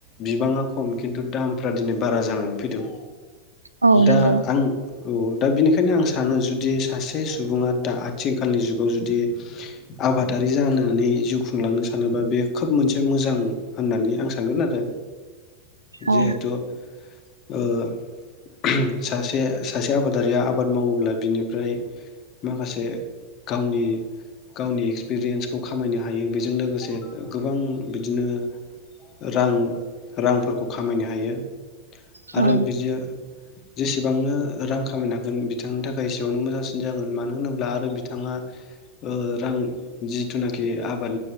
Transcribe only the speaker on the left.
बिबाङा खम खिन्थु दामफ्रा दिनै बारा जानानै फैदों।
दा आं औ दा बिनिखायनो आं सानो जुदि सासे सुबुङा दा आथिखालनि जुगाव जुदि आबादारि जानानै जिउ खुंलांनो सा सानोबा बे खोब मोनसे मोजां होननानै आं सानगोन आरो
जिहेथु ओ <unintelligible> सासे सासे आबादारिया आबाद मावोब्ला बिनिफ्राय माखासे गावनि गावनि एक्सपिरियेन्सखौ खामायनो हायो बेजों लोगोसे गोबां बिदिनो रां रांफोरखौ खामायनो हायो।
आरो बिजो जेसेबांनो रां खामायनो हागोन बिथांनि थाखाय एसेबांनो मोजांसिन जागोन मानो होनोब्ला आरो बिथाङा ओ रां जिथुनाखि आबाद